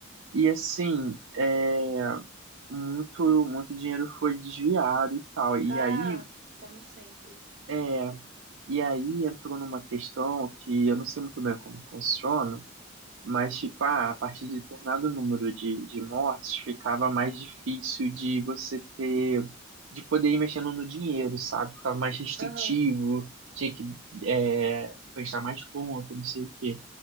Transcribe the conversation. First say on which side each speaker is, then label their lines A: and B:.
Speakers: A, on the right; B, on the right.
A: E assim, é, muito, muito dinheiro foi desviado e tal. E
B: Ah,
A: aí,
B: como sempre.
A: é, e aí entrou numa questão que eu não sei muito bem como funciona, Mas, tipo, ah, a partir de determinado número de, de mortes, ficava mais difícil de você ter, de poder ir mexendo no dinheiro, sabe? Ficava mais restritivo,
B: Aham.
A: tinha que é, prestar mais conta, não sei o quê.